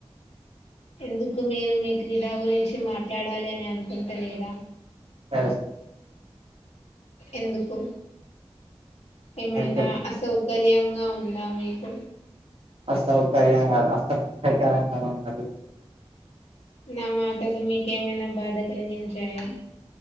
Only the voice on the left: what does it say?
ఎందుకు మీరు మీ క్రీడా గురించి మాట్లాడాలి అని అనుకుంటలేరా
ఎందుకు ఏమైనా
అసౌ కర్యంగా ఉందా మీకు
నా మాటలు మీకేమైనా బాధ కలిగించాయా